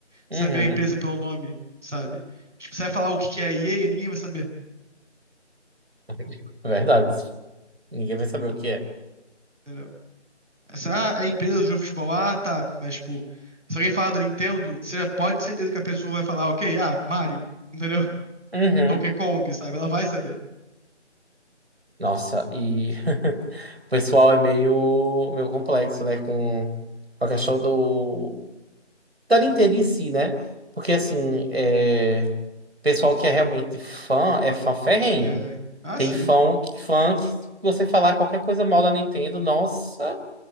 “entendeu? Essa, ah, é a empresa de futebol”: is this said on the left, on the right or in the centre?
Right